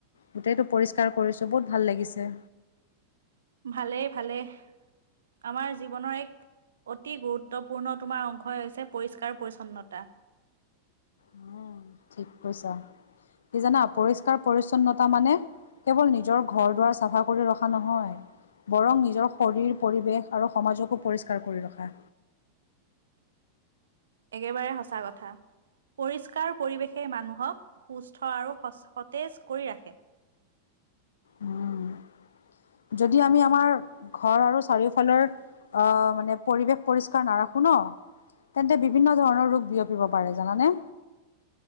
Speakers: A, on the left; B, on the right.
A: গোটটো পৰি কৰিছো বহুত ভাল লাগিছে।
B: ভালেই ভালেই আমাৰ জীৱনৰ এক অতি গুৰুত্বপূৰ্ণ তোমাৰ অংশই হৈছে পৰিষ্কাৰ পৰিচ্ছন্নতা।
A: হ ঠিক কৈছা কি জানা পৰিষ্কাৰ পৰিচ্ছন্নতা মানে কেৱল নিজৰ ঘৰ দুৱাৰ চাফা কৰি ৰখা নহয় বৰং নিজৰ শৰীৰ পৰিৱেশ আৰু সমাজকো পৰিষ্কাৰ কৰি ৰখা
B: একেবাৰে সঁচা কথা পৰিষ্কাৰ পৰিৱেশে মানুহক সুস্থ আৰু সতেজ কৰি ৰাখে
A: উম যদি আমি আমাৰ ঘৰ আৰু চাৰিওফালৰ আহ মানে পৰিৱেশ পৰিষ্কাৰ নাৰাখো ন তেন্তে বিভিন্ন ধৰণৰ ৰোগ বিয়পিব পাৰে জানানে